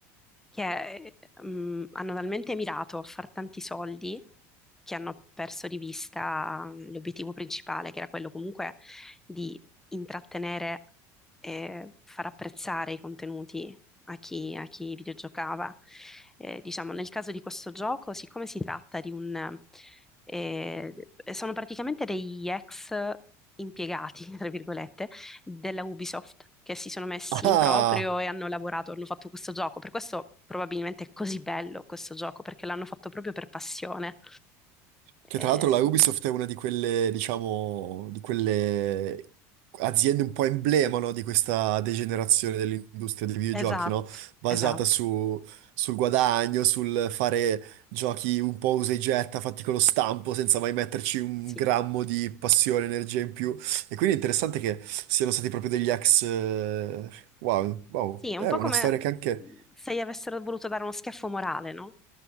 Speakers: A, in the centre; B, on the right.
A: che mm, hanno talmente mirato a far tanti soldi che hanno perso di vista mm, l'obiettivo principale, che era quello comunque di intrattenere e far apprezzare i contenuti a chi, a chi videogiocava. Eh, diciamo, nel caso di questo gioco, siccome si tratta di un... eh, sono praticamente degli ex impiegati, <laughs> tra virgolette, della Ubisoft che si sono messi
B: Ah!
A: in proprio e hanno lavorato, hanno fatto questo gioco. Per questo probabilmente è così bello questo gioco, perché l'hanno fatto proprio per passione.
B: Che
A: Eh,
B: tra l'altro la Ubisoft è una di quelle, diciamo, di quelle aziende un po' emblema, no, di questa degenerazione dell'industria dei videogiochi,
A: esatto,
B: no? Basata
A: esatto,
B: su- sul guadagno, sul fare giochi un po' usa e getta, fatti con lo stampo, senza mai metterci un
A: sì.
B: grammo di passione, energia in più. E quindi è interessante che siano stati proprio degli ex... eh, Wow, wow.
A: Sì, è
B: È
A: un po'
B: una
A: come
B: storia che anche
A: mhmm, se gli avessero voluto dare uno schiaffo morale, no?